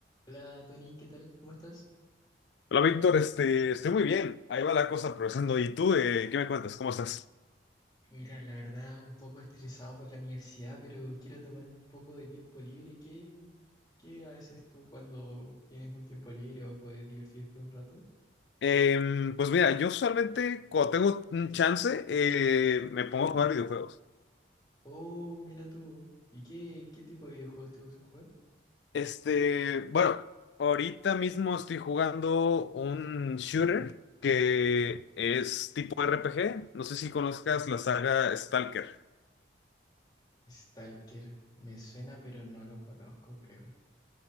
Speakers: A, on the left; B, on the left.
A: Hola Tony, ¿qué tal? ¿Cómo estás?
B: Hola Víctor, este, estoy muy bien. Ahí va la cosa progresando. ¿Y tú, eh, qué me cuentas? ¿Cómo estás?
A: Mira, la verdad, un poco estresado por la universidad, pero quiero tomar un poco de tiempo libre. ¿Qué, qué haces tú cuando tienes un tiempo libre o puedes divertirte un rato?
B: Em, pues mira, yo usualmente cuando tengo un chance eh, me pongo a jugar videojuegos.
A: Oh, mira tú. ¿Y qué, qué tipo de videojuegos te gusta jugar?
B: Este, bueno, ahorita mismo estoy jugando un shooter que es tipo RPG. No sé si conozcas la saga Stalker.
A: Stalker. Me suena, pero no lo conozco, creo.